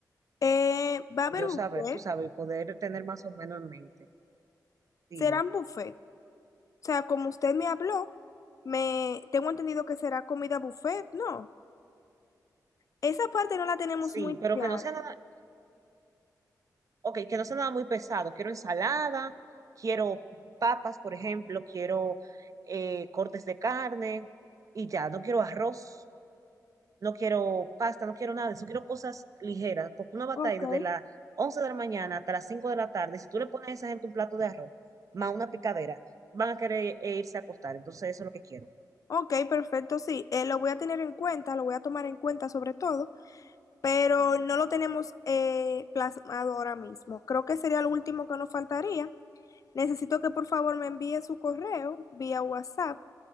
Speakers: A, on the left; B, on the right.
A: Eh, va a haber
B: Yo
A: buffet,
B: saber, tú sabes, y poder tener más o menos en mente. Dime.
A: serán buffet. O sea, como usted me habló, me tengo entendido que será comida buffet, ¿no? Esa parte no la tenemos
B: Sí,
A: muy
B: pero
A: clara.
B: que no sea nada, ok, que no sea nada muy pesado, quiero ensalada, quiero papas, por ejemplo, quiero eh, cortes de carne y ya, no quiero arroz, no quiero pasta, no quiero nada de eso, quiero cosas ligeras, porque una batalla
A: Ok.
B: desde las 11 de la mañana hasta las 5 de la tarde, si tú le pones a esa gente un plato de arroz más una picadera, van a querer eh, irse a acostar, entonces eso es lo que quiero.
A: Ok, perfecto, sí. Eh, lo voy a tener en cuenta, lo voy a tomar en cuenta sobre todo, pero no lo tenemos eh, plasmado ahora mismo. Creo que sería lo último que nos faltaría. Necesito que por favor me envíe su correo vía WhatsApp